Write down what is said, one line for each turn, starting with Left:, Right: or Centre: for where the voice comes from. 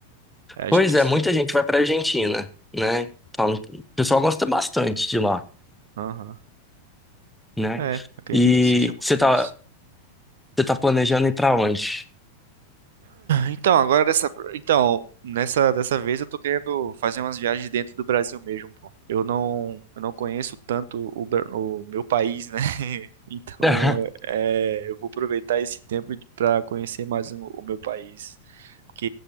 Right: Acho
Centre: Pois
Right: que
Centre: é,
Right: isso.
Centre: muita gente vai para Argentina, né? Falam que- o pessoal gosta bastante de lá,
Right: Aham.
Centre: né?
Right: É, acredito
Centre: E
Right: que seja muito
Centre: você tá,
Right: massa.
Centre: você tá planejando ir para onde?
Right: Então, agora dessa, então, nessa dessa vez eu tô querendo fazer umas viagens dentro do Brasil mesmo, pô. Eu não, eu não conheço tanto o, Bra- o meu país, né? <laughs> Então,
Centre: <laughs>
Right: é, eu vou aproveitar esse tempo para conhecer mais o, o meu país, porque